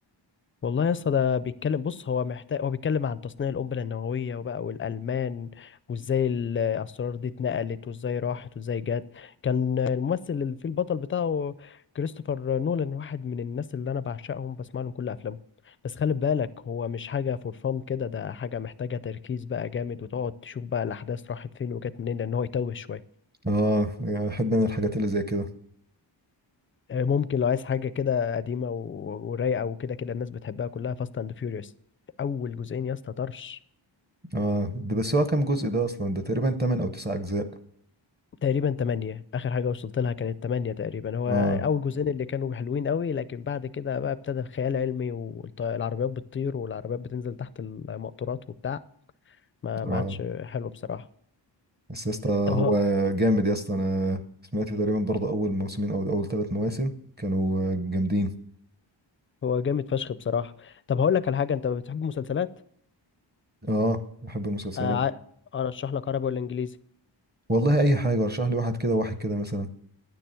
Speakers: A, on the left; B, on the right.
A: والله يا اسطى ده بيتكلم بص هو محتاج هو بيتكلم عن تصنيع القنبله النوويه وبقى والالمان وازاي الاسرار دي اتنقلت وازاي راحت وازاي جت كان الممثل اللي فيه البطل بتاعه كريستوفر نولان واحد من الناس اللي انا بعشقهم بسمع لهم كل افلامهم بس خلي بالك هو مش حاجه فور فان كده ده حاجه محتاجه تركيز بقى جامد وتقعد تشوف بقى الاحداث راحت فين وجت منين لان هو يتوه شويه
B: اه احب انا الحاجات اللي زي كده
A: آه، ممكن لو عايز حاجة كده قديمة و- ورايقة وكده كده الناس بتحبها كلها فاست اند فيوريوس أول جزئين يا اسطى طرش
B: اه ده بس هو كام جزء ده اصلا ده تقريبا 8 او 9 اجزاء
A: تقريبا تمانية آخر حاجة وصلت لها كانت تمانية تقريبا هو
B: اه
A: أول جزئين اللي كانوا حلوين قوي لكن بعد كده بقى ابتدى الخيال العلمي والعربيات بتطير والعربيات بتنزل تحت المقطورات وبتاع ما ما
B: اه
A: عادش حلو بصراحة
B: بس يا اسطى هو
A: طب هو
B: جامد يا اسطى انا سمعت تقريبا برضه اول موسمين او اول ثلاث مواسم كانوا جامدين
A: هو جامد فشخ بصراحة طب هقول لك على حاجة أنت بتحب مسلسلات؟
B: اه بحب المسلسلات
A: آه، ع- أرشح لك عربي ولا إنجليزي؟
B: والله اي حاجة ارشح لي واحد كده واحد كده مثلا